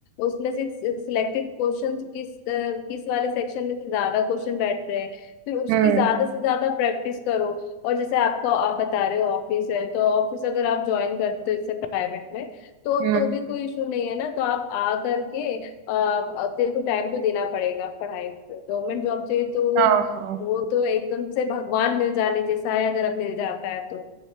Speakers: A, on the left (about 80°); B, on the right (about 80°).
A: उसमें से सिलेक्टेड क्वेश्चंस किस अ, किस वाले सेक्शन में से ज्यादा क्वेश्चन बैठ रहे हैं फिर उसकी
B: हम्म
A: ज्यादा से ज्यादा प्रैक्टिस करो और जैसे आपको आप बता रहे हो ऑफिस है तो ऑफिस अगर आप ज्वाइन करते हो जैसे प्राइवेट में तो
B: हम्म
A: तो भी कोई इशू नहीं है ना तो आप आ करके अ, अब तेरे को टाइम तो देना पड़ेगा पढ़ाई पे गवर्नमेंट जॉब चाहिए तो
B: हाँ हाँ
A: वो तो एकदम से भगवान मिल जाने जैसा है अगर अब मिल जाता है तो